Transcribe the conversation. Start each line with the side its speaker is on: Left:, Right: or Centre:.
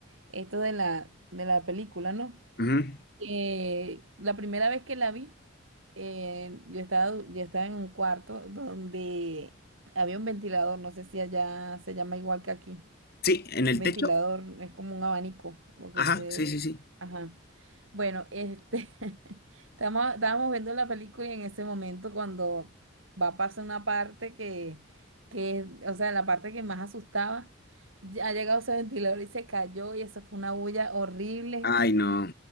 Right: esto de la, de la película, ¿no?
Left: Ujú.
Right: Eh, la primera vez que la vi, eh, yo estaba, du- yo estaba en un cuarto donde había un ventilador, no sé si allá se llama igual que aquí.
Left: Sí, en el
Right: Un ventilador
Left: techo.
Right: es como un abanico, lo que
Left: Ajá,
Right: usted...
Left: sí, sí, sí.
Right: Ajá. Bueno, este, <laughs> estamos, estábamos viendo la película y en ese momento cuando va a pasar una parte que, que, o sea, la parte que más asustaba, ya ha llegado ese ventilador y se cayó y eso fue una bulla horrible
Left: Ay, no.
Right: y